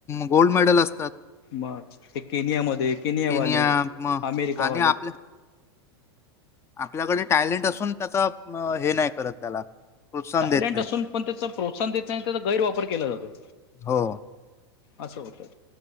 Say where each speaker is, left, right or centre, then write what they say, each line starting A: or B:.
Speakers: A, on the left; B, on the left.
A: गोल्ड मेडल असतात-
B: मग ते केनियामध्ये, केनियावाले,
A: केनिया मग
B: अमेरिकावाले-
A: आणि आपल्या आपल्याकडे टॅलेंट असून त्याचा हे नाही करत त्याला- प्रोत्साहन
B: टॅलेंट
A: देत नाहीत.
B: असुन पण त्याच प्रोत्साहन देत नाही त्याचा गैरवापर केला जातो.
A: हो.
B: असं होतंय....